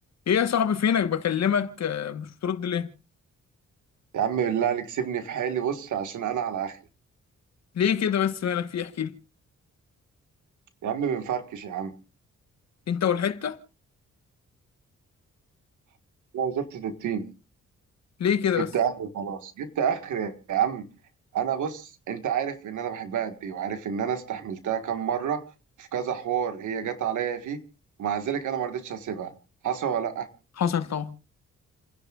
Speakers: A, on the left; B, on the right.
A: ايه يا صاحبي فينك بكلمك آه، مش بترد ليه
B: يا عم بالله عليك سيبني في حالي بص عشان انا على اخري
A: ليه كده بس مالك فيه احكي لي
B: يا عم بنفركش يا عم
A: انت والحته
B: انا وزفت في التيم
A: ليه كده
B: جبت
A: بس
B: اخري خلاص جبت اخري يا عم انا بص انت عارف ان انا بحبها قد ايه وعارف ان انا استحملتها كام مره في كذا حوار هي جت عليا فيه ومع ذلك انا ما رضيتش اسيبها حصل ولا لا
A: حصل طبعا